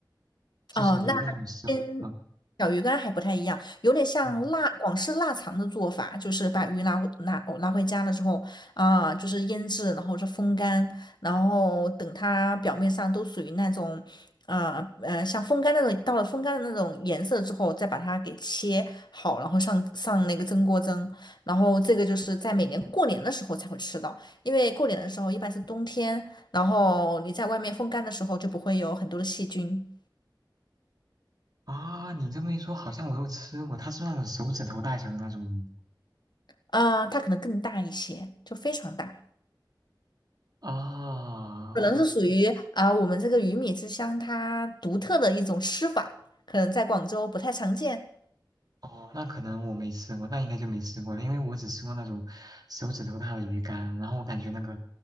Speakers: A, on the right; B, on the left.
A: 就是有那种生。
B: 哦，那跟
A: 啊。
B: 小鱼干还不太一样，有点像腊广式腊肠的做法，
A: 嗯
B: 就是把鱼拿回拉拉回家了之后啊、就是腌制，然后是风干，然后等它表面上都属于那种，啊呃，呃像风干那种，到了风干的那种颜色之后，再把它给切好，然后上上那个蒸锅蒸，然后这个就是在每年过年的时候才会吃到，因为过年的时候一般是冬天，然后你在外面风干的时候就不会有很多的细菌。
A: 啊，你这么一说，好像我又吃过，它是那种手指头大小的那种鱼
B: 啊，它可能更大一些，就非常大，
A: 啊。
B: 可能是属于啊、呃我们这个鱼米之乡它独特的一种吃法，可能在广州不太常见。
A: 哦，那可能我没吃过，那应该就没吃过了因为我只吃过那种手指头大的鱼干，然后我感觉那个